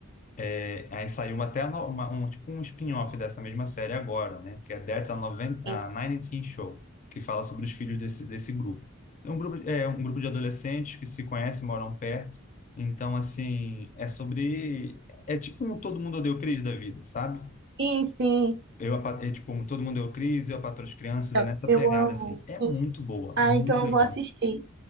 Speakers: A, on the left; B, on the right.
A: É, aí saiu até no- uma- um, tipo um spin-off dessa mesma série agora, né? Que é That's a, Noven a
B: Sim,
A: 19 Show, que fala sobre os filhos desse, desse grupo. É um grupo, é um grupo de adolescentes que se conhecem, moram perto. Então, assim, é sobre... É tipo um Todo Mundo Odeia o Chris da vida, sabe?
B: sim. sim.
A: Eu, a Pa- é tipo um Todo Mundo Odeia o Chris, Eu, a Patroa e as Crianças,
B: Eu,
A: é nessa
B: eu
A: pegada,
B: amo.
A: assim. É muito
B: Sim.
A: boa,
B: Ah,
A: muito
B: então eu
A: legal.
B: vou assistir.